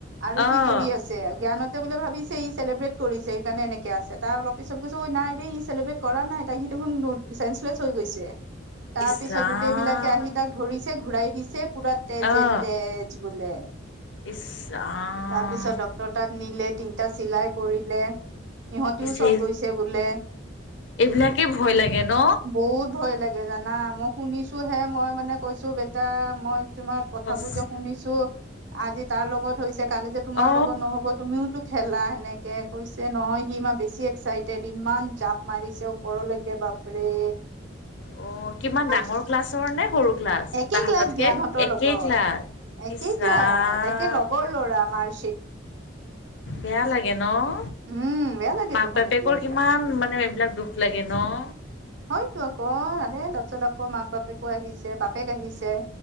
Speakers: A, on the right; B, on the left.
A: আৰু
B: অ'
A: সি পৰি আছে জ্ঞানহঁতে বোলে ভাবিছে। ই চেলিব্ৰেট কৰিছে সেইকাৰণ এনেকে আছে তাৰ অলপ পিছত কৈছোঁ ঐ নাই দেই ই চেলিব্ৰেট। কৰা নাই তাই সিটো সময়ত দেচেন্সলেচহৈ গৈছে তাৰ
B: ইচ
A: পিছত
B: ৰাম।
A: গোটেই বিলাকে আহি তাক ধৰিছে। ঘূৰাই দিছে পুৰা তেজে
B: অ'।
A: তেজ বোলে।
B: ইছ। ৰাম
A: তাৰ পিছত ডক্তৰক তাত নিলে তিনিটা চিলাই পৰিলে। ইহঁতিও
B: পিছে
A: চব গৈছে বোলে।
B: এইবিলাকে ভয় লাগে ন
A: বহুত ভয় লাগে জানা মই শুনিছোঁ হে মই মানে কৈছো বেটা মই। তোমাৰ কথাবোৰ
B: সঁচ-
A: যে শুনিছোঁ আজি তাৰ লগত হৈছে। কালি যে তোমাৰ
B: অ
A: লগত নহ'ব তুমিওতো খেলা সেনেকে কৈছে নহয় সি মা বেছি। চাইডেড ইমান জাপ মাৰিছে ওপৰলৈকে। একে বাপৰে।
B: অ কিমান
A: <unintelligible>
B: ডাঙৰ ক্লাছৰ নে সৰু ক্লাছ
A: একে
B: তাহাঁততকে
A: ক্লাছ জ্ঞানহঁতৰ
B: একেই
A: লগৰ
B: ক্লাছ
A: একে
B: ইছ
A: ক্লাছ
B: ৰাম
A: একে লগৰ ল'ৰা মাৰ।
B: বেয়া লাগে নহ।
A: উম বেয়া লাগেতো
B: মাক
A: শুনি
B: বাপেকৰ
A: পেলাই এইবিলাক
B: কিমান মানে এইবিলাক দুখ লাগে নহ।
A: হয়তো আকৌ মানে তাৰপিছত আকৌ মাক বাপেকো আহিছে বাপেক আহিছে।